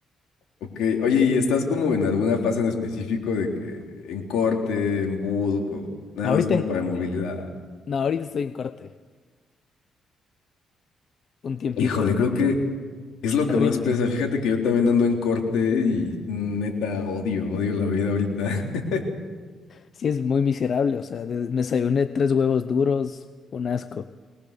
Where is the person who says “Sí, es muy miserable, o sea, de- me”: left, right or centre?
Left